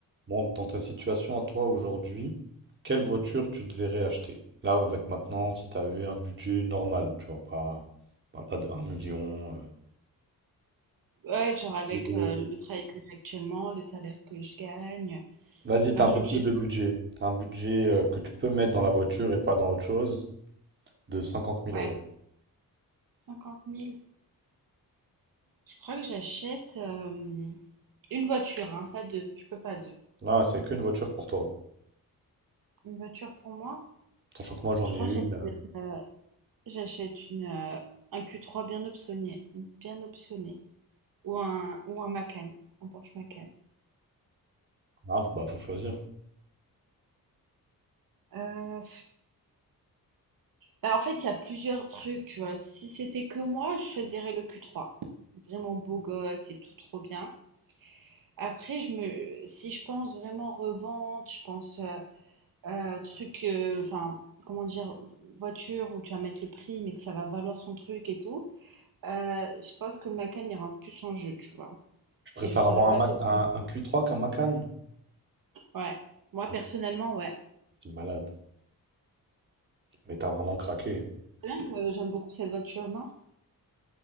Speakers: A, on the right; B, on the right.
A: Bon, dans ta situation à toi aujourd'hui, quelle voiture tu te verrais acheter? Là, avec maintenant, si tu avais un budget normal, tu vois, pas, pas, pas de un million, euh,
B: Ouais, genre avec
A: ou de...
B: euh, le travail que j'ai actuellement, le salaire que je gagne,
A: Vas-y,
B: l'argent
A: t'as un peu plus
B: que j'ai de...
A: de budget. T'as un budget euh, que tu peux mettre dans la voiture et pas dans autre chose de cinquante mille
B: Ouais,
A: euros.
B: cinquante mille Je crois que j'achète euh, une voiture, hein, pas deux. Je peux pas deux.
A: Là, c'est qu'une voiture pour toi.
B: Une voiture pour moi?
A: Sachant que moi, j'en
B: Je
A: ai
B: crois
A: une.
B: que j'achète
A: euh,
B: euh, j'achète une euh, un q trois bien optionné, bien optionné. Ou un, ou un Macan, un Porsche Macan.
A: ah, bah, faut choisir.
B: Euh, bah, en fait, il y a plusieurs trucs, tu vois. Si c'était que moi, je choisirais le q trois Vraiment beau gosse et tout trop bien. Après, je me, si je pense vraiment revente, je pense euh, euh, truc, euh, enfin, comment dire, voiture où tu vas mettre le prix, mais que ça va valoir son truc et tout, euh, je pense que le Macan ira plus en jeu, tu vois.
A: Je préfère
B: Et je saurais
A: avoir
B: pas
A: un, Mac-
B: te dire.
A: un, un Q3 qu'un Macan.
B: Ouais. Moi,
A: Mais
B: personnellement, ouais.
A: T'es malade. Mais t'as vraiment craqué.
B: C'est bien que j'aime beaucoup cette voiture, non?